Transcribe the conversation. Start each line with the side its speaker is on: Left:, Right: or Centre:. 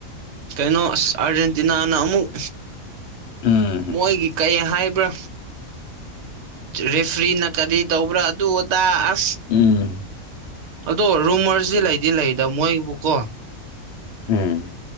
Right: ꯀꯩꯅꯣ ꯑꯁ ꯑꯔꯖꯦꯟꯇꯤꯟꯅꯥꯅ ꯑꯃꯨꯛ
Left: ꯎꯝ
Right: ꯃꯣꯏꯒꯤ ꯀꯩ ꯍꯥꯏꯕ꯭ꯔꯥ ꯔꯦꯐ꯭ꯔꯤꯅ ꯀꯔꯤ ꯇꯧꯕ꯭ꯔꯥ ꯑꯗꯨ ꯑꯗꯥ ꯑꯁ
Left: ꯎꯝ
Right: ꯑꯗꯣ ꯔꯨꯃꯔꯁꯤ ꯂꯩꯗꯤ ꯂꯩꯗ ꯃꯣꯏꯕꯨꯀꯣ
Left: ꯎꯝ